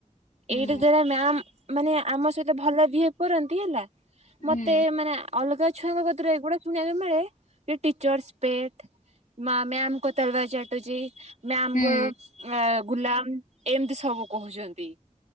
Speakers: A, on the left (about 85°); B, on the right (about 60°).
A: ହୁଁ
B: ଏଇଟା ଯାର ମ୍ୟାମ ମାନେ ଆମ ସହିତ ଭଲ ବିହେଭ କରନ୍ତି ହେଲା
A: ହୁଁ
B: ମତେ ମାନେ ଅଲଗା ଛୁଆଙ୍କ କତିରୁ ଏଗୁଡ଼ା ଶୁଣିଆକୁ ମିଳେ କି ଟିଚର୍ସ ପେଟ୍ ମା ମ୍ୟା ମ୍ ଙ୍କ ତଲୱା ଚାଟୁଚି ମ୍ୟାମକୁ
A: ହୁଁ।
B: ଆ ଗୁଲାମ ଏମିତି ସବୁ କହୁଛନ୍ତି।